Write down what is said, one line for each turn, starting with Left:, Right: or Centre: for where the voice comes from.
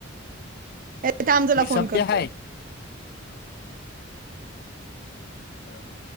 Right: ऐ थांब तुला
Left: मी
Right: फोन
Left: सभ्य
Right: करतो.
Left: है, ह